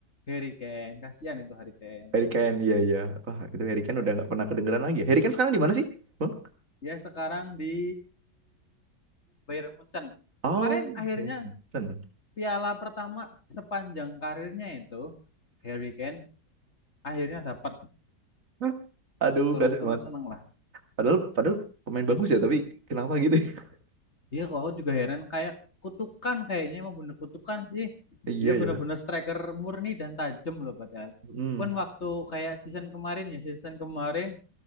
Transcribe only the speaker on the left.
Harry Kane. Kasihan itu Harry Kane.
Dia sekarang di Bayern Munchen.
Kemarin akhirnya
piala pertama sepanjang karirnya itu Harry Kane akhirnya dapat
turut-turut
seneng lah.
Dia kalau juga heran kayak kutukan kayaknya emang bener kutukan sih.
Dia
bener-bener striker murni dan tajam loh padahal.
Pun waktu kayak season kemarin ya season kemarin